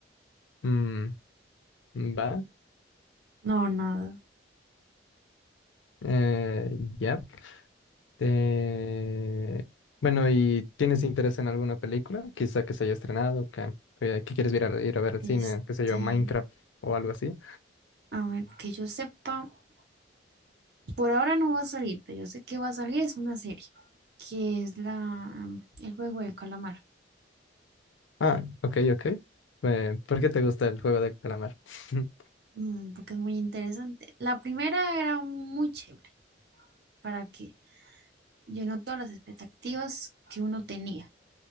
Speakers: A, on the left (about 80°); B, on the right (about 55°).
A: Mm, va.
B: no, nada.
A: Eh, ya. Eh, bueno, ¿y tienes interés en alguna película? Quizá que se haya estrenado, que, que- que quieres ir a, ir a ver al
B: Este,
A: cine, qué sé yo, Minecraft o algo así.
B: a ver, que yo sepa, por ahora no va a salir, pero yo sé que va a salir, es una serie, que es la, el juego del calamar,
A: Ah, ok, ok. Eh, ¿por qué te gusta el juego de calamar? <laughs>
B: Mm, porque es muy interesante. La primera era muy chévere, para que llenó todas las expectativas que uno tenía,